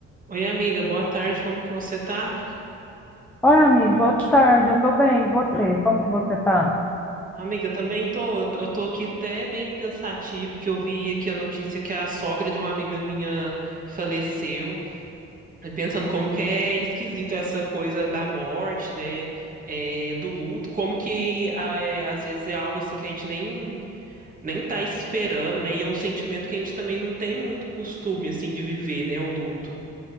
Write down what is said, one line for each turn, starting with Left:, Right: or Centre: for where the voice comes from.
Right: Oi, amiga, boa tarde, como que você tá?
Centre: Oi, amigo, boa tarde, eu tô bem, e você? Como que você tá?
Right: Amiga, também tô, eu tô eu tô aqui até bem pensativo, que eu vi aqui a notícia que a sogra de uma amiga minha faleceu, e pensando como que é esquisito essa coisa da morte, né, é, do luto, como que ah, é, às vezes é algo assim que a gente nem, nem tá esperando, né, e é um sentimento que a gente também não tem muito costume, assim, de viver, né, o luto.